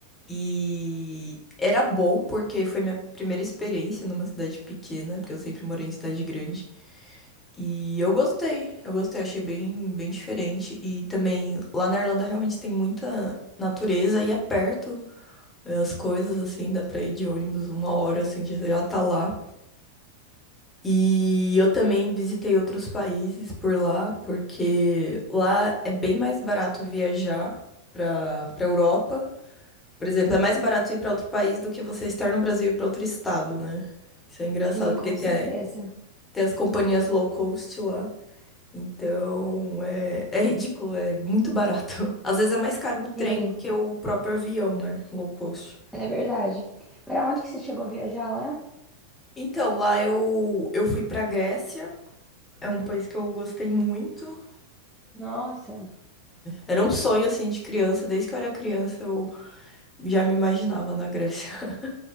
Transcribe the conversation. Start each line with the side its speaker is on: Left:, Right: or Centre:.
Left: E era bom porque foi minha primeira experiência numa cidade pequena, porque eu sempre morei em cidade grande. E eu gostei, eu gostei, achei bem, bem diferente. E também lá na Irlanda realmente tem muita natureza e é perto é, as coisas, assim, dá pra ir de ônibus uma hora, assim, já já tá lá. E eu também visitei outros países por lá, porque lá é bem mais barato viajar pra, pra Europa. Por exemplo, é mais barato ir pra outro país do que você estar no Brasil e ir pra outro estado, né? Isso é engraçado,
Centre: Sim,
Left: porque
Centre: com
Left: tem,
Centre: certeza.
Left: a- tem as companhias low cost lá. Então, é, é ridículo, é muito barato. <laughs> Às vezes é mais caro o trem
Centre: Sim,
Left: do que o próprio avião, né? Low cost.
Centre: é verdade. Para onde que você chegou a viajar lá?
Left: Então, lá eu, eu fui pra Grécia. É um país que eu gostei muito.
Centre: Nossa.
Left: Era um sonho, assim, de criança. Desde que eu era criança, eu já me imaginava na Grécia. <laughs>